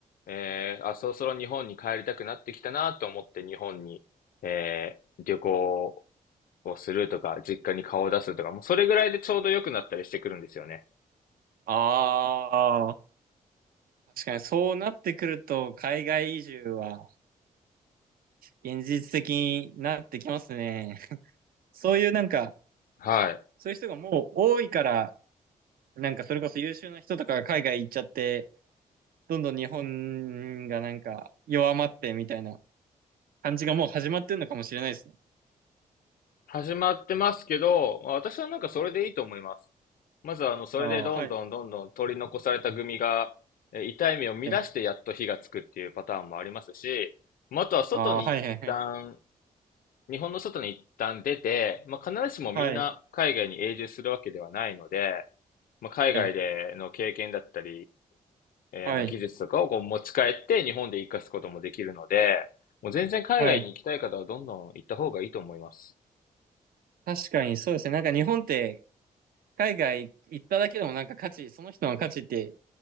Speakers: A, on the left (about 70°); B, on the right (about 75°).
A: えー、
B: はい。
A: あ、そろそろ日本に帰りたくなってきたなと思って日本に、えー、旅行をするとか、実家に顔を出すとか、もうそれぐらいでちょうど良くなったりしてくるんですよね。
B: ああ、確かにそうなってくると、海外移住は現実的になってきますね。そういうなんか、
A: はい。
B: そういう人がもう多いから、なんかそれこそ優秀な人とかが海外行っちゃって、どんどん日本がなんか弱まってみたいな感じがもう始まってるのかもしれないですね。
A: 始まってますけど、まあ私はなんかそれでいいと思います。まずはあの、それでどんどんどんどん取り残された組が、
B: ああ、はい。
A: え痛い目を乱してやっと火がつくっていうパターンもありますし、
B: はい。
A: まあ、あとは外に一旦、
B: ああ、はいはいはい。
A: 日本の外に一旦出て、まあ、必ずしもみんな海外に永住するわけではないので、
B: はい。
A: まあ、海外での経験だったり、
B: はい。
A: えーまあ、
B: はい。
A: 技術とかをこう持ち帰って日本で活かすこともできるので、もう全然海外に行きたい方はどんどん行った方がいいと思います。
B: はい。確かにそうですね。なんか日本って海外行っただけでもなんか価値、その人の価値って